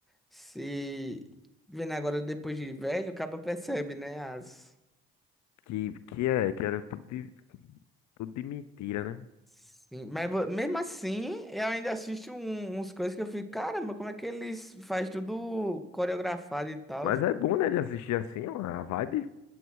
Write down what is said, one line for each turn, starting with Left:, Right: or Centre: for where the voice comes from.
Centre: se vendo agora depois de velho, o cara percebe, né, as...
Left: Que, que é, que era tudo de, tudo de mentira, né?
Centre: Sim, mas vo- mesmo assim, eu ainda assisto um- uns coisas que eu fico, caramba, como é que eles faz tudo coreografado e tal?
Left: Mas é bom, né, de assistir assim, ó, a vibe.